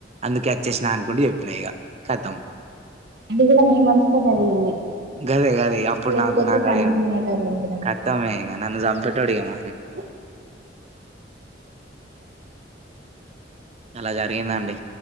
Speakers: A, on the right (about 35°); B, on the right (about 60°).
A: అందుకే వచ్చేసినా అనుకుంటూ చెప్పినా ఇగ కతం
B: అది కూడా మీ మంచి కె జరిగింది
A: గదే గదే అప్పుడు
B: లేకపోతే
A: నాకు నాకు
B: తన్నులు
A: అదే
B: తినేటోళ్ళు ఇంటి
A: కతమే ఇగ నన్ను చంపె అడిగామ
B: ఓ
A: అలా జరిగింది అండి